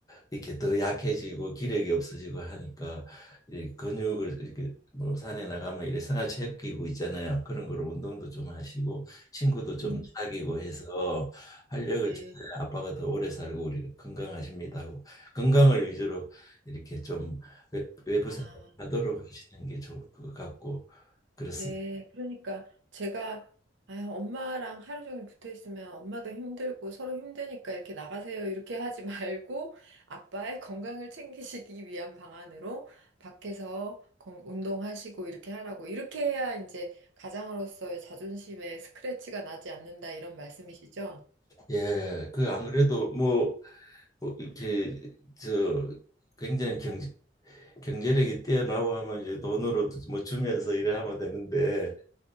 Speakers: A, on the left; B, on the right.
A: 이렇게 더 약해지고 기력이 없어지고 하니까 이 근육을 이렇게 뭐 산에 나가면 이래 생활 체육기구 있잖아요. 그런 거로 운동도 좀 하시고 친구도 좀
B: 음,
A: 사귀고 해서 활력을
B: 네.
A: 찾아야 아빠가 더 오래 살고 우리 건강하십니다 하고 건강을 위주로 이렇게 좀 외- 외부
B: 아.
A: 생활하도록 하시는 게 좋을 것 같고 그렇습니다.
B: 네, 그러니까 제가 아, 엄마랑 하루 종일 붙어 있으면 엄마도 힘들고 서로 힘드니까 이렇게 나가세요. 이렇게 하지 <laughs> 말고 아빠의 건강을 챙기시기 위한 방안으로 밖에서 건- 운동하시고 이렇게 하라고. 이렇게 해야 이제 가장으로서의 자존심에 스크래치가 나지 않는다 이런 말씀이시죠?
A: 예, 그 안 그래도 뭐, 뭐 이렇게 저 굉장히 경, 경제력이 뛰어나고 하면 이제 돈으로 뭐 주면서 이래 하면 되는데